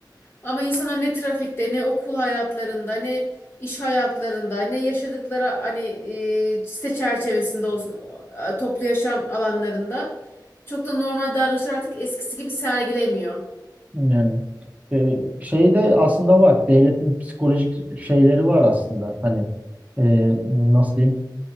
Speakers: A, on the left; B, on the right.
A: Ama insana ne trafikte, ne okul hayatlarında, ne iş hayatlarında, ne yaşadıkları hani e, site çerçevesinde olsun o- toplu yaşam alanlarında çok da normal davranışlar artık eskisi gibi sergilemiyor.
B: Yani E, şeyde aslında var. Devletin psikolojik şeyleri var aslında. Hani e, nasıl diyeyim?